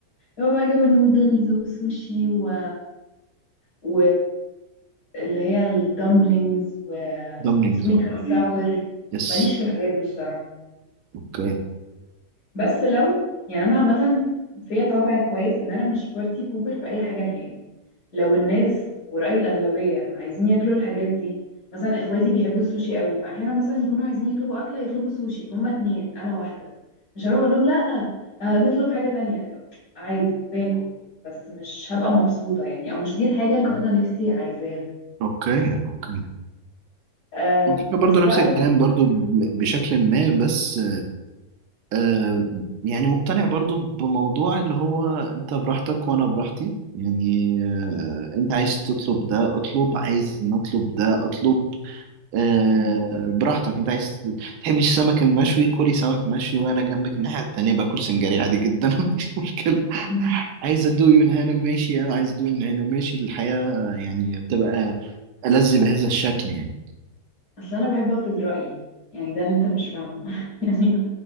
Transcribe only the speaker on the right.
دمبلينجز
اه
يس
اوكي
اوكي اوكي
الفكرة برضو
نفس
الكلام
برضو ب- بشكل ما بس آه يعني مقتنع برضو بموضوع اللي هو انت براحتك وانا براحتي يعني آه انت عايز تطلب ده اطلب عايز نطلب ده اطلب آه،
براحتك انت عايز تحبش السمك المشوي كلي سمك مشوي وانا جنبك الناحية التانية باكل سنجاري عادي جدا <laughs> مفيش مشكلة
عايز ادوقي من هنا ماشي انا عايز ادوقي من هنا ماشي الحياة يعني بتبقى ألذ بهذا الشكل يعني